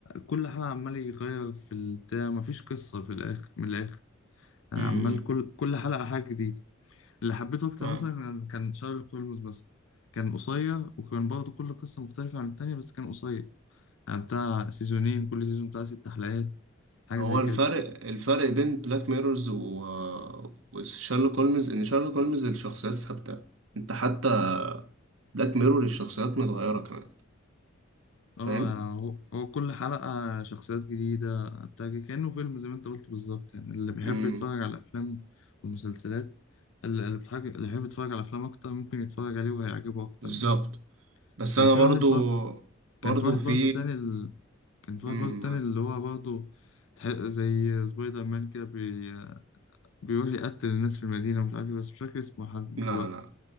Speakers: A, on the left; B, on the right.
A: كل حلقة عمال يغير في البتاع مفيش قصة في الآخر من الآخر يعني
B: امم
A: عمال كل كل حلقة حاجة جديدة اللي حبيته أكتر
B: فاهم
A: مثلا كان شارلوك هولمز بس كان قصير وكان برضه كل قصة مختلفة عن التانية بس كان قصير يعني بتاع سيزونين كل سيزون بتاع ست حلقات حاجة
B: هو
A: زي كده
B: الفرق الفرق بين بلاك ميرورز و... وشارلوك هولمز ان شارلوك هولمز الشخصيات ثابتة انت حتى بلاك ميرور الشخصيات متغيرة كمان
A: اه
B: فاهم
A: يعني هو هو كل حلقة شخصيات جديدة بتاع كده. كأنه فيلم زي ما انت قلت بالظبط يعني اللي بيحب
B: امم
A: يتفرج على الأفلام والمسلسلات اللي اللي بتحاج- اللي بيحب يتفرج على أفلام أكتر ممكن يتفرج عليه وهيعجبه أكتر
B: بالظبط
A: يعني.
B: بس
A: كان
B: انا
A: في
B: برضو
A: واحد بر... كان
B: برضو
A: في واحد
B: في
A: برضه تاني ال... كان في
B: امم
A: واحد برضه تاني
B: ما-
A: اللي هو برضه تح- زي سبايدر مان كده بي... بيروح يقتل الناس في المدينة مش عارف إيه، بس مش فاكر اسمه لحد
B: لا
A: دلوقتي
B: لا